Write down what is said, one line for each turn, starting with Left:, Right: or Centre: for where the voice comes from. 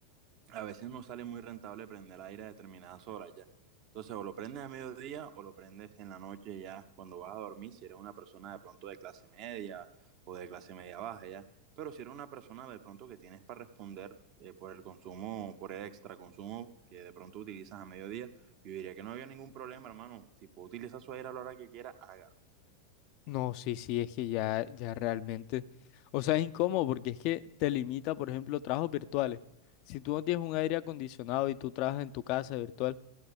Right: a veces no sale muy rentable prender aire a determinadas horas ya. Entonces, o lo prendes a mediodía o lo prendes en la noche ya, cuando vas a dormir, si eres una persona de pronto de clase media o de clase media baja ya. Pero si eres una persona de pronto que tienes para responder eh, por el consumo, por el extra consumo que de pronto utilizas a mediodía, yo diría que no había ningún problema, hermano. Si puede utilizar su aire a la hora que quiera, hágalo.
Left: No, sí, sí, es que ya, ya realmente. O sea, es incómodo porque es que te limita, por ejemplo, trabajos virtuales. Si tú no tienes un aire acondicionado y tú trabajas en tu casa virtual,